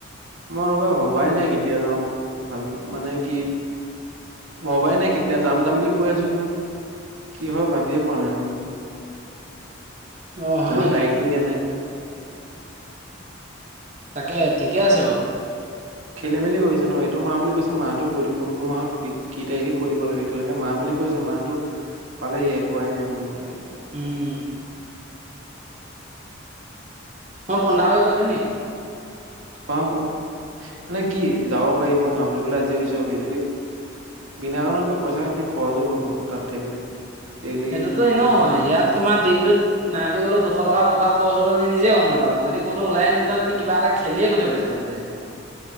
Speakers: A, on the right (about 85°); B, on the right (about 35°).
A: মই ৰবা ভবাই নাই কেতিয়া যাওঁ ভাবি মানে কি ভবাই নাই কেতিয়া যাম যাম বুলি কৈ আছো কিন্তু কি হয় ভাবিয়ে পোৱা নাই মই
B: অ হয়
A: তোমাৰ
B: নি
A: তাৰিখটো দিয়া নাই
B: তাকে ঠিকে আছে বাৰু
A: খেলি মেলি কৰিছে ন এইটো মাহ বুলি কৈছে মাহটো ক কোনটো মাহত কি তাৰিখে কৈ দিব লাগে এতিয়ালৈ মাহ বুলি কৈছে মাহটো পালেহি একোৱাই নাই কোনটো তাৰিখ
B: উম মই বন্ধা হৈ গৈ থেনি
A: পাওঁ কওঁ মানে কি যাব পাৰি মই যাওঁ বুলি কলে আজিয়ে গুছি যাব পাৰি বিনাকাৰনত গৈ পইচা এনে খৰচ হ'ব তাত থাকিলে ডেইলি
B: সেইটোতো এনেও
A: দুশ
B: হয়
A: তিনিশ
B: ইয়াত তোমাৰ দিনটোত নাই বুলি ক'লেও দুশ টকা কৰবাত খৰচ হ'বমি নিজে গম নাপাই আৰু আৰু যদি ক'তো ওলাই নাযোৱা
A: আহ
B: তুমি কিবা এটা খেলিয়ে গোটেই পইচাটো যাই দিবা